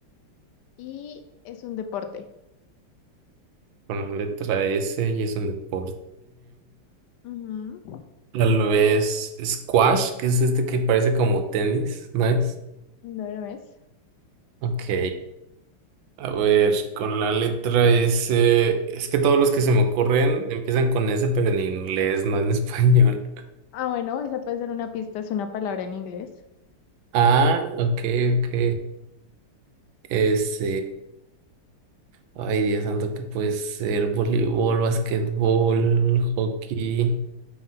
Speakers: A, on the left; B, on the right.
A: y es un deporte.
B: con la letra S y es un deporte.
A: Ujú.
B: Tal vez squash, que es este que parece como tenis, ¿no es?
A: No lo es.
B: Ok. A ver, con la letra S, es que todos los que se me ocurren empiezan con S, pero en inglés, no en español.
A: Ah, bueno, esa puede ser una pista, es una palabra en inglés.
B: Ah, ok, ok. S. Ay, Dios santo, que puede ser voleibol, basquetbol, hockey,